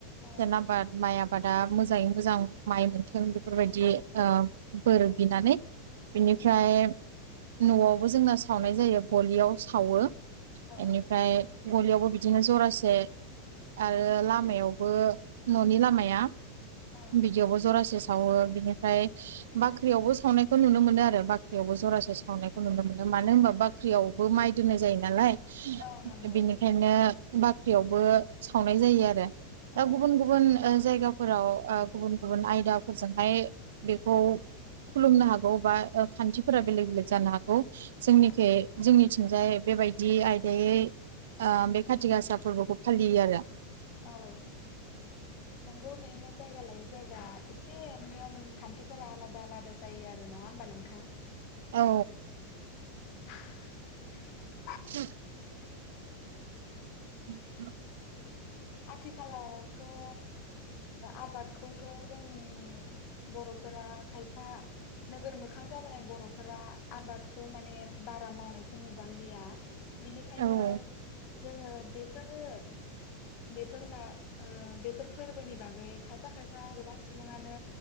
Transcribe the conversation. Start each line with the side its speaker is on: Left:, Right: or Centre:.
Left: औ
Right: जेनबा माइ आबाद आबादा मोजाङै मोजां माइ मोनथों बेफोरबायदि ओ बोर बिनानै
Left: औ
Right: बेनिफ्राय न'आवबो जोंना सावनाय जायो गलियाव सावो। एनिफ्राय
Left: औ
Right: ग'लियावबो बिदिनो जरासे आरो लामायावबो न'नि लामाया
Left: औ
Right: बिदियावबो जरासे। सावो बिनिफ्राय बाख्रियावबो सावनायखौ नुनो मोनो आरो बाख्रियावबो जरासे सावनायखौ नुनो मोनो मानो होनबा बाख्रियावबो माइ दोननाय जायो नालाय।
Left: औ नंगौ
Right: बेनिखायनो बाख्रियावबो सावनाय जायो आरो। दा
Left: औ
Right: गुबुन गुबुन ओ जायगा फोराव ओ गुबुन गुबुन आयदाफोरजोंहाय बेखौ खुलुमनो हागौ बा खानथिफोरा बेलेक बेलेक जानो हागौ। जोंनिथि
Left: औ
Right: जोंनिथिंजाय बेबायदि बि आयदायै आ बे खाथि गासा फोरबोखौ फालियो आरो।
Left: औ नंगौ बेनो जायगा लायै जायगा एसे नियम खानथिफोरा आलादा आलादा जायो आरो नङा होमबा नोंथां।
Right: औ
Left: <inaudible>
Right: <inaudible> <inaudible>
Left: आथिखालावथ' ओ आबादखौथ' जोंनि बर'फोरा खायफा नोगोर मोखां जाबोनाय बर'फोरा आबादखौ माने बारा मावनायखौ नुबांलिया। बिनिखायनो
Right: औ
Left: जोङो बेफोरो बेफोर मा ओ बेफोर फोरबोनि बागै खायफा खायफा गोबां सुबुङानो